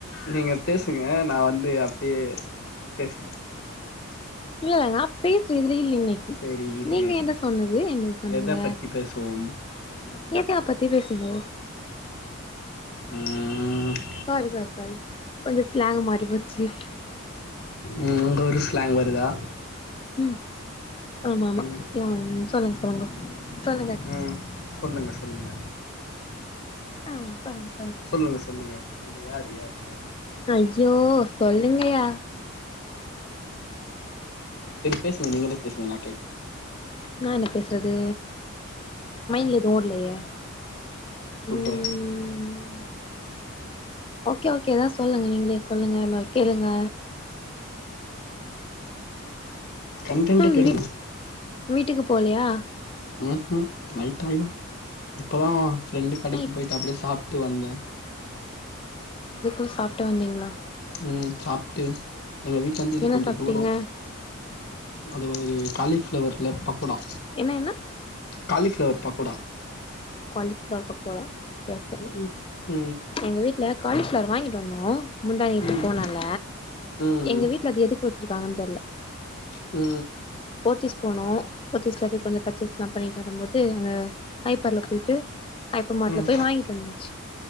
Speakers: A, on the left; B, on the left.
A: நீங்க பேசுங்க நா வந்து அப்பயே பேசுவ
B: இல்ல நா பேசுவதுலயே இல்ல இன்னைக்கி
A: சேரி இருங்க
B: நீங்க
A: இருங்க
B: என்ட சொன்னது என்ன சொன்னீங்க
A: எத பத்தி பேசுவோம் ம்
B: எயற்கைய பத்தி பேசுங்கோ
A: ம்
B: சாரி சாரி சாரி கொஞ்ச ஸ்லாங் மாறிபோ சேர்
A: ம் உங்க ஊரு ஸ்லாங் வருதா
B: ம் ஆமா ஆமா
A: ம்
B: ய சொல்லுங்க சொல்லுங்க சொல்லுங்க
A: ம் சொல்லுங்க சொல்லுங்க
B: அ சொல்லுங்க
A: சொல்லுங்க சொல்லுங்க நீங்க யாரு யாரு யாரு
B: ஐயோ சொல்லுங்கயா
A: சேரி பேசுங்க நீங்களே பேசுங்க நா கேக்குற
B: நா என்ன பேசுறது மைண்ட்ல எதுவு ஓட்லயே ம்
A: சூப்பர்
B: ஓகே ஓகே எதா சொல்லுங்க நீங்களே சொல்லுங்க <unintelligible> கேளுங்க
A: கன்டன்ட்டு
B: ம்
A: தெரும்
B: வீட் வீட்டுக்கு போலயா
A: ம் ஹ்ம் நைட் ஆய்டு இப்போதா ஃப்ரெண்டு கடக்கி
B: நைட்
A: போய்ட்டு அப்டியே சாப்ட்டு வந்த
B: அதுக்குள்ள சாப்ட்டு வந்தீங்ளா
A: ம் சாப்ட்டு எங்க வீட்லந்து இது
B: என்ன
A: கொஞ்சொ
B: சாப்ட்டீங்க
A: தூரொ அது ஒரு காலிஃப்ளவர்ல பக்கொடா
B: என்ன என்ன
A: cauliflower pakoda
B: cauliflower pakoda okay okay
A: ம் ம்
B: எங்க வீட்ல காலிஃப்ளார் வாங்கிட்டு வந்தோ முந்தா நேத்து
A: ம்
B: போனால
A: ம் ம்
B: எங்க வீட்ல அது எதுக்கு வச்சிருக்காங்கன் தெர்ல
A: ஆ
B: போத்திஸ் போனோ போத்திஸ்ல போய் கொஞ்சொ பர்ச்சேஸ்லா பண்ணிட்டு வரும்போது அங்க ஹைப்பர்ல போய்ட்டு ஹைப்பர் மாட்ல
A: ம்
B: போய் வாய்ன்ட்டு வந்துச்சு